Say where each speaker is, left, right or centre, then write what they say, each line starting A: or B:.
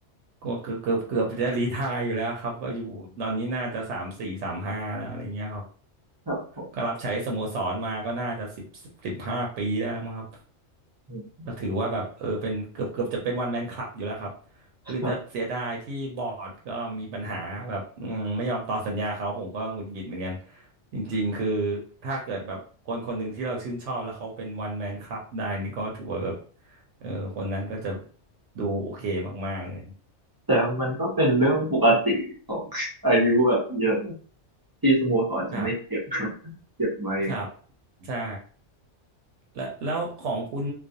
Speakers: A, on the right; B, on the right.
A: ก็เกือบเกือบเกือบจะรีไทร์อยู่แล้วครับก็อยู่ตอนนี้น่าจะสามสี่สามห้าแล้วอะไรเงี้ย
B: ครับผม
A: ก็รับใช้สโมสรมาก็น่าจะสิบสิบห้าปีได้แล้วมั้งครับ
B: อืม
A: ก็ถือว่าแบบเออเป็นเกือบเกือบจะเป็นวันแมนคลับอยู่แล้วครับคือจะเสียดายที่บอร์ดก็มีปัญหาแบบอืมไม่ยอมต่อสัญญาเขาผมก็หงุดหงิดเหมือนกัน
B: ครับ
A: จริงๆคือถ้าเกิดแบบคนคนหนึ่งที่เราชื่นชอบแล้วเขาเป็นวันแมนคลับได้นี่ก็ถือว่าแบบเออคนนั้นก็จะดูโอเคมากๆเลย
B: แต่มันก็เป็นเรื่องปกติของอายุแบบเยอะที่สโมสรจะไม่เก็บ
A: ครับ
B: <laughs> เก็บไว้
A: ครับใช่ แล้วแล้วของคุณ